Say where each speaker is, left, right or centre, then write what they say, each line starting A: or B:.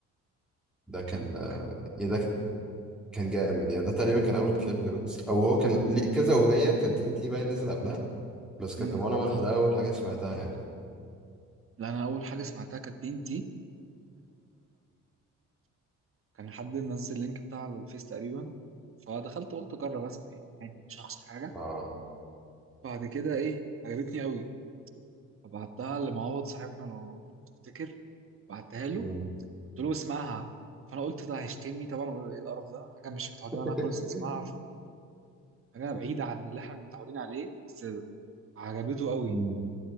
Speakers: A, in the centre; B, on the right.
A: ده كان
B: كان
A: آه
B: كان
A: يعني ده كان جامد يعني ده تقريبا كان اول كليب لويجز او هو كان ليه كذا اغنيه كانت تي ان تي باين نزل قبلها بس كانت
B: امم
A: دموعنا ملح ده اول حاجه سمعتها يعني
B: لا انا اول حاجه سمعتها كانت تي ان تي كان حد منزل اللينك بتاع الفيس تقريبا فدخلت قلت اجرب اسمع يعني عادي مش هخسر حاجه
A: اه
B: بعد كده ايه عجبتني قوي فبعتها لمعوض صاحبنا لو تفتكر بعتها له
A: مم.
B: قلت له اسمعها فانا قلت ده هيشتمني طبعا وأقول له ايه القرف ده حاجه مش متعودين
A: <laughs>
B: عليها خالص اسمعها حاجه بعيده عن اللي احنا متعودين عليه بس عجبته قوي
A: مم.